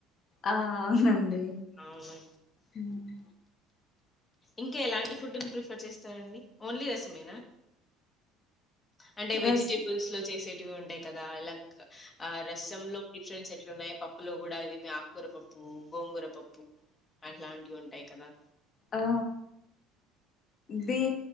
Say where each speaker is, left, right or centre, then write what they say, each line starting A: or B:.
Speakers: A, on the left (about 40°); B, on the left (about 20°).
A: ఆ అవునండి
B: అవును
A: హ్మ్మ్
B: ఇంకా ఎలాంటి ఫుడ్ ప్రిఫర్ చేస్తారండి ఓన్లీ రసమేనా అంటే వెజిటేబుల్స్
A: రస్
B: లో చేసేటివి ఉంటాయి కదా ఇలా ఆ రసం లో డిఫరెన్స్ ఎట్లున్నాయో పప్పులో కూడా అది ఆకూర పప్పు గోంగూర పప్పు అట్లాంటివి ఉంటాయి కదా.
A: ఆ ది